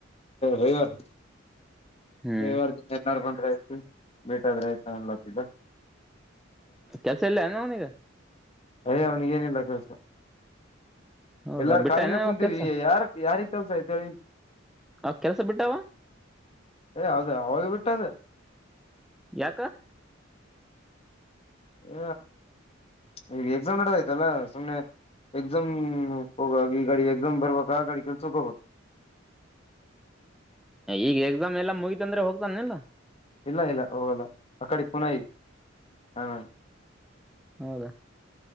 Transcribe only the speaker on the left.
ಹೊಯ್ವನ್
ಈ ವಾರದಿಂದನ್ ರ್ ಬಂದ್ರ ಐತಿ ಮಿಟಾದ್ರೆ ಆಯ್ತ ಅನ್ಲತಿದ್ದ.
ಅಯ್ಯೋ ಅವನಿಗೇನಿಲ್ಲ ಕೆಲ್ಸ.
ಎಲ್ಲಾರ
ಖಾಲಿನೆ
ಕುಂತೀವಿ
ಯಾರ್ ಯಾರಿ ಕೆಲ್ಸೈತ್ ಹೇಳಿ.
ಏ ಅದೇ ಅವಾಗ ಬಿಟ್ಟದ.
ಹ ಈ ಎಕ್ಸಾಮ್ ನಡದ ಆಯ್ತಲ್ಲ ಸುಮ್ನೆ ಎಕ್ಸಾಮ್ ಹೋಗ ಈ ಗಾಡಿ ಎಕ್ಸಾಮ್ ಬರ್ಬೇಕ ಆ ಗಾಡಿ ಕೆಲ್ಸೋಗೋಗ್ಬೇಕು.
ಇಲ್ಲ ಇಲ್ಲ ಹೋಗಲ್ಲ ಅ ಕಡೆ ಪುನೈ ಹ